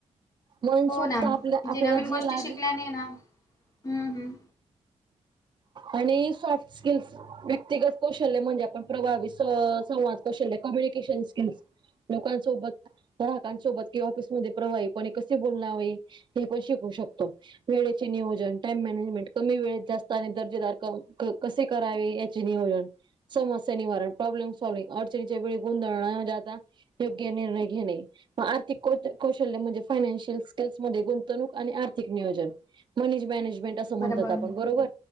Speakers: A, on the right; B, on the left.
A: मनसोक्त
B: हो ना म्हणजे
A: आपल्या आपल्याला
B: नवीन
A: जी
B: गोष्टी
A: लागेल
B: शिकल्याने ना हम्म हम्म
A: आणि सॉफ्ट स्किल्स व्यक्तिगत कौशल्य म्हणजे आपण प्रभावी संवाद कौशल्य कम्युनिकेशन स्किल्स लोकांसोबत ग्राहकांसोबत किंवा ऑफिसमध्ये प्रवाही कोणे कसे बोलणवे हे पण शिकू शकतो वेळेचे नियोजन टाइम मॅनेजमेंट कमी वेळेत जास्त दर्जेदार कसे करावे याचे नियोजन समस्या निवारण प्रॉब्लेम सॉल्ंग अडचणीच्या वेळी गुंधळ न जात योग्य निर्णय घेणे मग आर्थिक कौशल्य म्हणजे फायनान्शियल स्किल्समध्येध्ये गुंतवणूक आणि आर्थिक नियोजन मनी मॅनेजमेंट असं
B: बरोबर
A: म्हणतात आपण बरोबर